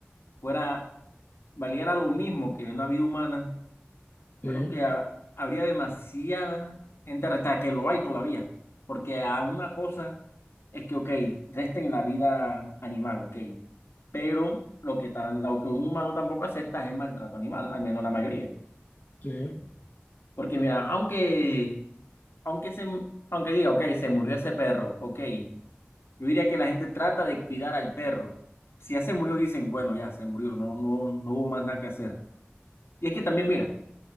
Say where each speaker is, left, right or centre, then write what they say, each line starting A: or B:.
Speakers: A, on the left; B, on the left.
A: fuera, valiera lo mismo que una vida humana,
B: sí,
A: pero que ha- habría demasiada gente arrestada, que lo hay todavía. Porque a una cosa es que, ok, resten la vida animal, ok. Pero lo que, tan, lo que un humano tampoco acepta es el maltrato animal, al menos la mayoría.
B: sí. O
A: Porque mira, aunque, aunque, se, aunque diga, ok, se murió ese perro, ok, yo diría que la gente trata de cuidar al perro. Si ya se murió, dicen, bueno, ya se murió, no, no, no hubo más nada que hacer. Y es que también, mira,